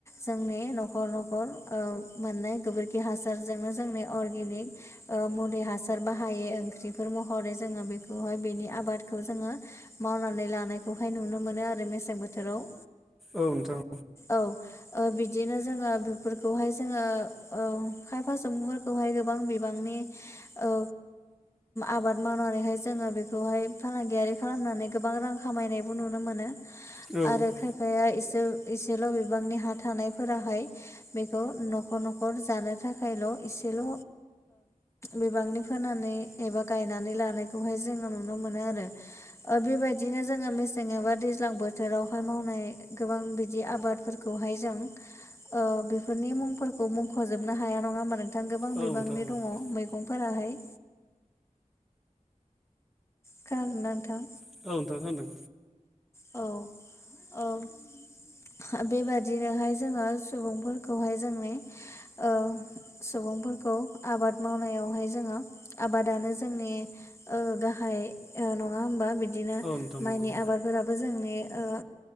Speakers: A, on the left; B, in the centre.
A: जोंनि न'खर न'खर ओ मोननाय गोबोर खि हासारजोंनो जोंनि अर्गेनिक ओ मुलि हासार बाहाय ओंख्रिफोर महरै जोङो बेखौहाय बेनि आबादखौ जोङो मावनानै लानायखौहाय नुनो मोनो आरो मेसें बोथोराव
B: औ नोंथां
A: औ ओ बिदिनो जोङो बेफोरखौहाय जोङो ओ खायफासुमुफोरखौहाय गोबां बिबांनि औ आबाद मावनानैहाय जोङो बेखौहाय फालांगियारि खालामनानै गोबां रां खामायनायबो नुनो मोनो। आरो
B: औ नोंथां
A: खायफाया एसे इसेल' बिबांनि हा थानायफोराहाय बेखौ न'खर न'खर जानो थाखायल' इसेल' बिबांनि फोनानै एबा गायनानै लानायखौहाय जोङो नुनो मोनो आरो। ओ बेबायदिनो जोङो मेसें एबा दैज्लां बोथोरावहाय मावनाय गोबां बिदि आबादफोरखौहाय जों ओ बेफोरनि मुंफोरखौ मुंख'जोबनो हाया नङा मान ने गोबां
B: खोनादों
A: बिबांनि
B: औ
A: दङ मैगंफोराहाय खोनादों ना नोंथां?
B: औ नोंथां खोनादों
A: औ औ बेबादिनोहाय जोङो सुबुंफोरखौहाय जोंनि ओ सुबुंफोरखौ आबाद मावनायावहाय जोङो आबादानो जोंनि ओ गाहाय नङा होमबा बिदिनो
B: औ नोंथां नंगौ
A: माइनि आबादफोराबो जोंनि ओ